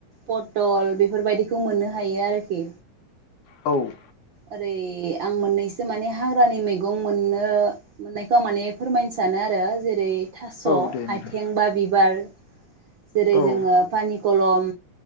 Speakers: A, on the right; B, on the left.
A: पटल बेफोरबायदिखौ मोननो हायो आरोखि
B: औ
A: ओरै आं मोननैसो माने हाग्रानि मैगं मोननो मोननायखौ आं माने फोरमायनो सानो आरो जेरै थास
B: औ दे नोंथां
A: आइथें बा बिबार जेरै
B: औ
A: जोङो पानिकलम